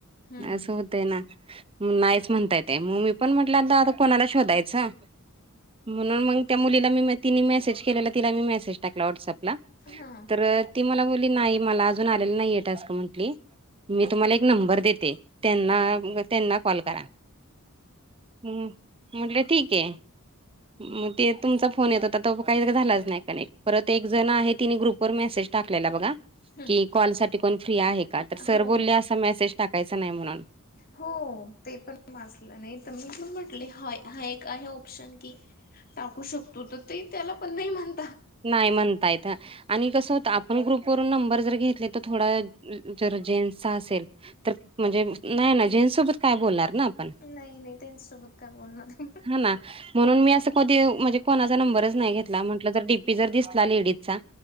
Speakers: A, on the left; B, on the right.
A: हम्म
B: असं होतयं ना, नाहीचं म्हणताय ते म मी पण म्हटल्यांत आता कोणाला शोधायचं. म्हणून मग त्या मुलीला तिनी मेसेज केलेला तिला मेसेज टाकला व्हॉट्सअपला
A: हा
B: तर ती मला बोलली नाही. मला अजून आलेला नाहीये टास्क म्हंटली. मी तुम्हाला एक नंबर देते. त्यांना, त्यांना कॉल करा. हम्म म्हटलं ठीके. मग ते तुमचा फोन येतं होता त काही झालाचं नाही कनेक्ट. परत एक जण आहे. तिनं ग्रुप वर मेसेज टाकलेला बघा.
A: हम्म
B: की कॉल साठी कोण फ्री आहे का, तर सर
A: हो
B: बोलले
A: हो
B: अस मॅसेज टाकायचा नाही म्हणून.
A: हो ते पण वाचल, नाही तर मी पण म्हटले हा ए हा एक आहे ऑप्शन की टाकू शकतो त ते त्याला पण नाही म्हण
B: नाही म्हणता येत आणि कसं होत आपण ग्रुपवरून नंबर जर घेतले तर थोडा वेळ जेन्स असेल. तर म्हणजे नाही ना जेंट् सोबत काय बोलणार ना आपण?
A: नाही नाही त्यांच्यासोबत काय बोलणार?
B: ह ना म्हणून मी असं कधी म्हणजे कोणाचा नंबरच नाही घेतला, म्हटलं जर डीपी जर दिसला लेडीजचा